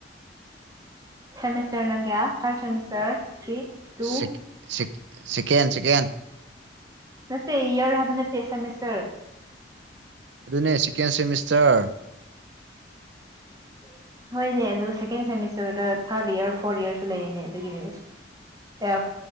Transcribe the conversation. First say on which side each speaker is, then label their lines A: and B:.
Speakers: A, on the right (about 20°); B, on the right (about 80°).
A: ꯁꯦꯃꯤꯁꯇꯔꯅ ꯀꯌꯥ ꯊꯥꯔ ꯁꯦꯃꯤꯁꯇꯔ ꯊ꯭ꯔꯤ
B: ꯁꯤꯀꯦꯟ
A: ꯇꯨ
B: ꯆꯀꯦꯟ
A: ꯅꯠꯇꯇꯩ ꯏꯌꯥꯔ ꯍꯥꯏꯕꯅꯦ ꯇꯦ ꯁꯦꯃꯤꯁꯔ
B: ꯑꯗꯨꯅꯦ ꯁꯦꯀꯦꯟ ꯁꯦꯃꯤꯁꯇꯔ
A: <inaudible> ꯍꯣꯏꯅꯦ ꯑꯗꯨ ꯁꯦꯀꯦꯟ ꯁꯦꯃꯤꯁꯇꯔꯗ ꯊꯥꯔꯠ ꯏꯔ ꯐꯣꯔꯠ ꯏꯔꯁꯨ ꯂꯩꯅꯦ ꯑꯗꯨꯒꯤꯅꯦ ꯑꯁ